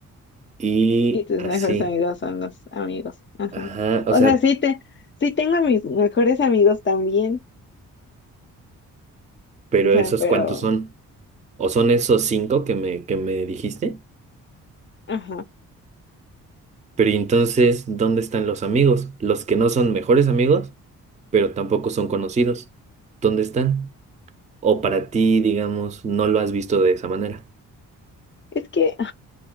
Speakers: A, on the right (about 20°); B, on the left (about 30°).
A: <laughs> y
B: y tus
A: así.
B: mejores amigos son los amigos, ajá.
A: Ajá,
B: O
A: o sea,
B: sea, sí te, sí tengo a mis mejores amigos también,
A: pero
B: o sea,
A: esos
B: pero,
A: cuántos son? ¿O son esos cinco que me, que me dijiste?
B: ajá.
A: Pero ¿y entonces, ¿dónde están los amigos? Los que no son mejores amigos, pero tampoco son conocidos. ¿Dónde están? O para ti, digamos, no lo has visto de esa manera.
B: Es que